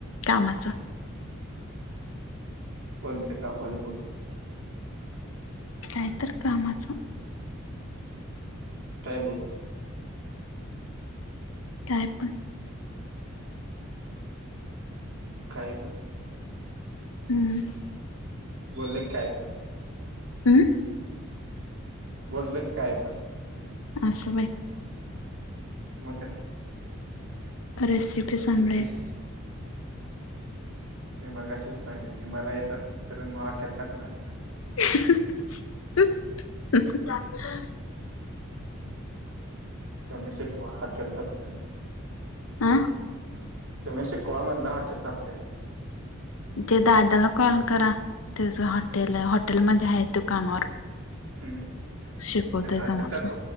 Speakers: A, on the left (about 75°); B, on the right (about 80°).
A: कामाच.
B: कोणते कामच बोलु.
A: काहीतर कामाचं.
B: काय बोलू.
A: काय पण.
B: काही पण.
A: हम्म.
B: बोलले काय पण.
A: हमं.
B: बोललो की काय पण.
A: अस स होय.
B: म काय.
A: रेसिपी सांगय.
B: विश मी मगाशीच सांगितली मला येत असत तर मग हॉटेल टाकलं असत‌.
A: <inaudible>
B: तुम्ही शिकवा हॉटेल टाकतो.
A: अ
B: तुम्ही शिकवा म्हणटल हॉटेल टकतो मी.
A: ते दादाला कॉल करा. त्याच हॉटेल आहे हॉटेलमध्ये आहे तो कामावर.
B: मी
A: शिकवतोय
B: आणि हॉटेल
A: तुम्हासनी.
B: टाकून